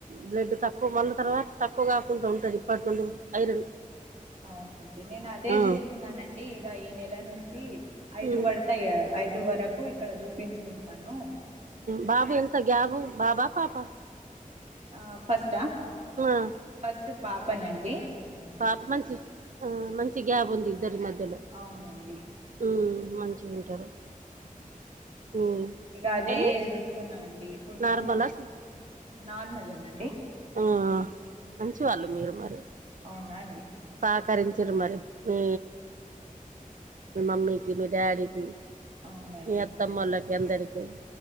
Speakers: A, on the right (about 65°); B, on the right (about 50°).
A: బ్లడ్ తక్కువ మల్ల తర్వాత తక్కువ గాకుంటడున్టది. ఇప్పట్నుండిమ్ ఐరన్
B: అవునండి నేన్నదే
A: ఆ
B: జూస్స్తున్నానండి, ఇగ ఈ నెల నుంచి ఐదు
A: ఉమ్
B: వడ్. టయా ఐదు వరకు ఇక్కడ జూపించుకుంటాను
A: బాబు ఎంత గ్యాబు బాబా పాపా
B: ఆ ఫస్ట్ ఆ
A: ఉ ఆ
B: ఫస్ట్ పాప నండి
A: పాప మంచి ఆ మంచిగ గ్యాబ్ ఉంది ఇద్దరి మధ్యలో
B: అవునండి
A: ఊ మంచిగుంటారు
B: అ
A: ఉమ్
B: ఇగ అదే
A: కానీ
B: చూస్తున్నానండి ఇప్పుడు
A: నార్మలా
B: ఫోర్ మంత్ నార్మలేనండి
A: ఉ ఆ మంచివాళ్ళు మీరు మరి
B: అవునా అండి
A: సహకరించిర్రు మరి మీ మీ మమ్మీకి మీ డాడీకి
B: అవునండి
A: మీ అత్తమ్మోళ్ళకి అందరికీ